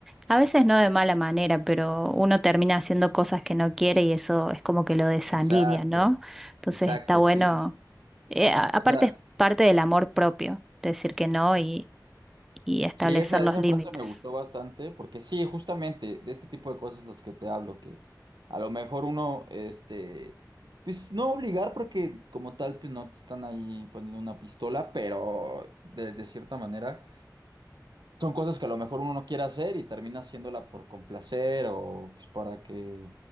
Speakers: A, in the centre; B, on the right (about 85°).
A: a veces no de mala manera, pero uno termina haciendo cosas que no quiere y eso es como que lo desalinea,
B: exacto,
A: ¿no? Entonces
B: exacto,
A: está bueno,
B: sí.
A: eh, a- aparte
B: Esa,
A: es parte del amor propio, decir que no y, y establecer
B: sí, esa,
A: los
B: esa
A: límites.
B: frase me gustó bastante porque sí, justamente de este tipo de cosas las que te hablo, que a lo mejor uno, este, pues no obligar porque como tal, pues no te están ahí poniendo una pistola, pero de, de cierta manera son cosas que a lo mejor uno no quiere hacer y termina haciéndola por complacer o pues para que,